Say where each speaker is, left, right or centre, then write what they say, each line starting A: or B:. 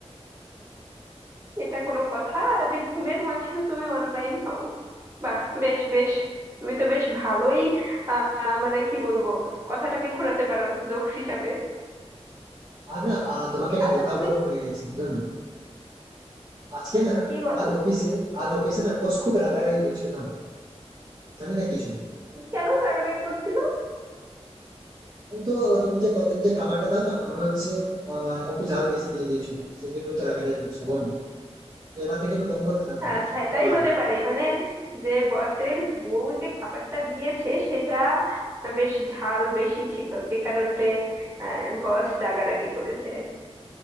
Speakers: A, on the right; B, on the right.
A: এটা কোনো কথা যে ঘুমের মাঝেও তুমি অনলাইন হও বাহ বেশ বেশ তুমি তো বেশ ভালোই আহ মানে কি বলবো কথাটাকে ঘোরাতে পারো জোকস হিসাবে
B: আর না আহ, তোমাকে একটা
A: আচ্ছা
B: কথা
A: তুমি
B: বলেও ভুলে গেছি জানো? আজকে না
A: কি বলো
B: আজ অফিসে আজ অফিসে না বস খুব রাগারাগি করছিল জানো জানি না কিছু
A: কেন রাগারাগি করছিল
B: আমি তো তুমি যে প্রতিদিন যে খাবারটা দাও না মনে হচ্ছে আহ একটু ঝাল বেশি দিয়ে দিয়েছো সেই জন্য তো রাগারাগি করছো বলো তো এবার থেকে একটু কম করে ঝাল দিবে
A: আচ্ছা এটাই
B: আবার
A: হতে পারে মানে যে বসের বউ যে খাবারটা দিয়েছে সেটা বেশ ঝাল বেশি ছিল যে কারণে আহ বস রাগারাগি করেছে